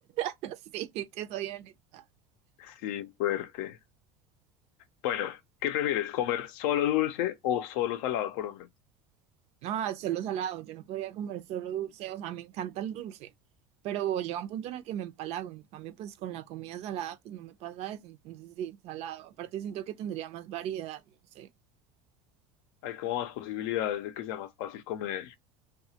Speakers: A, on the right; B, on the left.
A: <laughs> sí, te soy honesta.
B: sí, fuerte. Bueno, ¿qué prefieres? ¿Comer solo dulce o solo salado por hombre?
A: No, solo salado, yo no podría comer solo dulce, o sea, me encanta el dulce, pero llega un punto en el que me empalago, en cambio, pues con la comida salada, pues no me pasa eso, entonces sí, salado. Aparte siento que tendría más variedad, no sé.
B: Hay como más posibilidades de que sea más fácil comer,